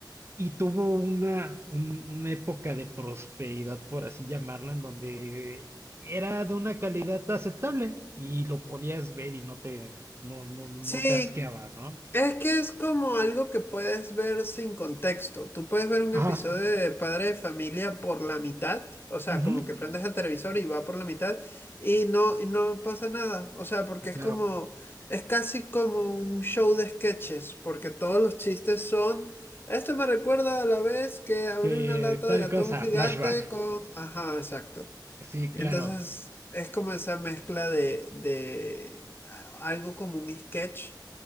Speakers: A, on the right (about 35°); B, on the left (about 30°).
A: Y tuvo una, un- una época de prosperidad, por así llamarlo, en donde era de una calidad aceptable y lo podías ver y no te, no, no, no
B: Sí,
A: te asqueaba, ¿no?
B: Es que es como algo que puedes ver sin contexto. Tú puedes ver un
A: Ajá,
B: episodio de Padre de Familia por la mitad, o sea,
A: ujú,
B: como que prendes el televisor y va por la mitad y no, y no pasa nada. O sea, porque
A: aclaro.
B: es como, es casi como un show de sketches, porque todos los chistes son, esto me recuerda a la vez que abrí
A: Que
B: una lata de
A: tal
B: atún
A: cosa,
B: gigante
A: flashback.
B: con, ajá, exacto.
A: Sí,
B: Entonces,
A: claro.
B: es como esa mezcla de, de algo como un sketch